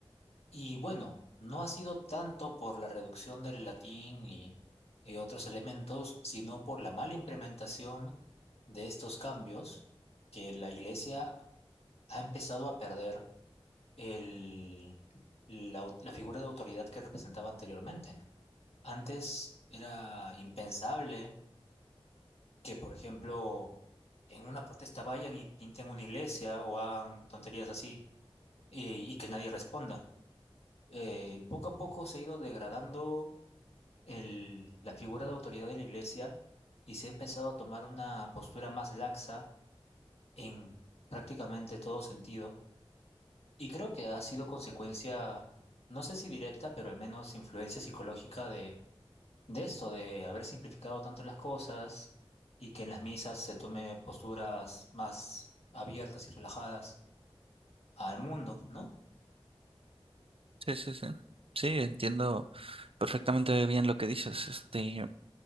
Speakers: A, on the left; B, on the right.
A: Y bueno, no ha sido tanto por la reducción del latín y, y otros elementos, sino por la mala implementación de estos cambios que la iglesia ha empezado a perder el, la, au- la figura de autoridad que representaba anteriormente. Antes era impensable que, por ejemplo, en una protesta vayan y pinten una iglesia o hagan tonterías así y, y que nadie responda. Eh, poco a poco se ha ido degradando el, la figura de autoridad de la iglesia y se ha empezado a tomar una postura más laxa en prácticamente todo sentido Y creo que ha sido consecuencia, no sé si directa, pero al menos influencia psicológica de, de esto, de haber simplificado tanto las cosas y que en las misas se tome posturas más abiertas y relajadas al mundo, ¿no?
B: Sí, sí, sí. Sí, entiendo perfectamente bien lo que dices. Este,